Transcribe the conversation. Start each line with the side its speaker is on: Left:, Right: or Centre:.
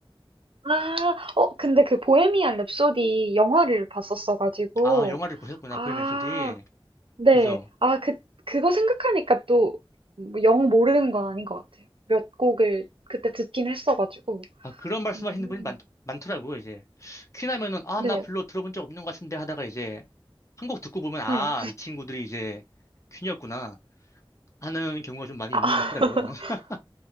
Right: 아, 어 근데 그 보헤미안 랩소디 영화를 봤었어 가지고
Left: 아 영화를 보셨구나
Right: 아,
Left: 보헤미안 랩소디
Right: 네.
Left: 그죠?
Right: 아, 그 그거 생각하니까 또 영 모르는 건 아닌 것 같아요. 몇 곡을 그때 듣긴 했어 가지고.
Left: 아, 그런 말씀하시는
Right: 음.
Left: 분이 많, 많더라고요, 이제. 퀸 하면은, 아,
Right: 네.
Left: 나 별로 들어본 적 없는 것 같은데 하다가 이제, 한 곡 듣고 보면, 아,
Right: 네.
Left: 이 친구들이 이제 퀸이었구나 하는 경우가 좀 많이
Right: 아,
Left: 있는 것 같더라고요. <laughs>
Right: <laughs>